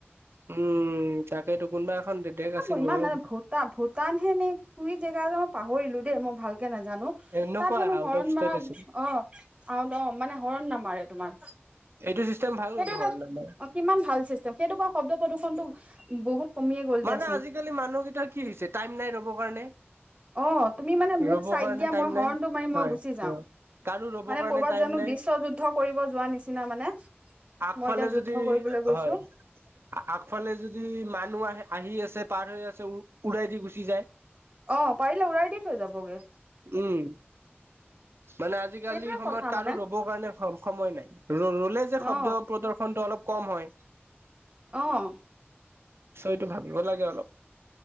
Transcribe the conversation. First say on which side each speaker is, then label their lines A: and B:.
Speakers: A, on the right; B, on the right.
A: উম তাকেটো কোনোবা এখন দেদেক
B: ত
A: আছিল
B: মই ইমান
A: মইয়ো
B: নানে ভূটা - ভূটান হে নে কুই জেগা আ মই পাহৰিলো দেই মই ভাল কে নাজানো
A: এনেকুৱা
B: তাত হেনো
A: আউট
B: হৰণ
A: অফ ষ্টেট
B: মাৰা
A: আছিল
B: অ আও অ মানে হৰণ নামাৰে। তোমাৰ।
A: এইটো চিষ্টেম ভাল
B: সেইটো
A: ধৰ
B: এটা
A: আমাৰ
B: কিমান ভাল চিষ্টেম সেইটো বা শব্দ প্ৰদূষণতটো বহুত কমিয়ে গ'ল দিয়াচোন
A: মানে আজিকালি মানুহকেইটাৰ কি হৈছে টাইম নাই ৰ'ব কাৰণে।
B: অ' তুমি মানে মোক
A: ৰ'ব
B: চাইড
A: কাৰণে
B: দিয়া
A: টাইম
B: মই হৰ্ণটো
A: নাই
B: মাৰি
A: হয়
B: মই গুচি যাওঁ।
A: অ কাৰো ৰ'ব
B: মানে
A: কাৰণে
B: কৰ'বাত
A: টাইম
B: জানো
A: নাই
B: বিশ্ব যুদ্ধ কৰিব যোৱা নিচিনা মানে।
A: আগফালে
B: মই এতিয়া যুদ্ধ
A: যদি
B: কৰিবলৈ গৈছো
A: হয় আগফালে যদি মানুহ আহে আহি আছে, পাৰ হৈ আছে, উৰাই দি গুচি যায়।
B: অ' পাৰিলে উৰাই দি থৈ যাবগে।
A: উম। মানে আজিকালি
B: সেইটোয়ে
A: সময়ত
B: কথা
A: কাৰো
B: মানে
A: ৰ'ব কাৰণে স- সময় নাই ৰ - ৰলে যে শব্দ
B: অ
A: প্ৰদৰ্শন টো অলপ কম হয়।
B: অ'।
A: চ এইটো ভাবিব লাগে অলপ।